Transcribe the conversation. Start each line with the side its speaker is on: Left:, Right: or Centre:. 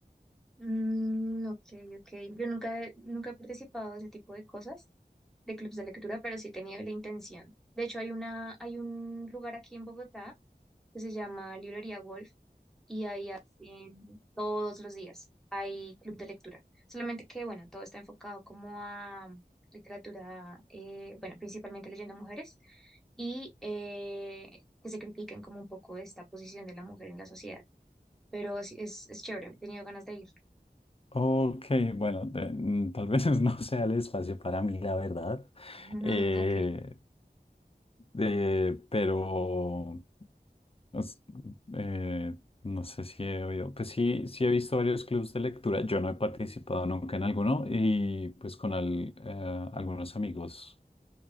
Centre: Mm, ok, ok. Yo nunca he, nunca he participado de ese tipo de cosas, de clubs de lectura, pero sí he tenido la intención. De hecho, hay una, hay un lugar aquí en Bogotá que se llama Librería Wolf y ahí hacen todos los días, hay club de lectura. Solamente que, bueno, todo está enfocado como a literatura, eh, bueno, principalmente leyendo mujeres y eh, que se critiquen como un poco esta posición de la mujer en la sociedad. Pero sí, es, es chévere, he tenido ganas de ir.
Left: Ok, bueno, de- mm, tal vez <laughs> no sea el espacio para mí, la verdad,
Centre: <laughs>
Left: eh,
Centre: Ok.
Left: eh, pero... Os- eh, no sé si he oído, pues sí, sí he visto varios clubs de lectura, yo no he participado nunca en alguno y pues con al- eh, algunos amigos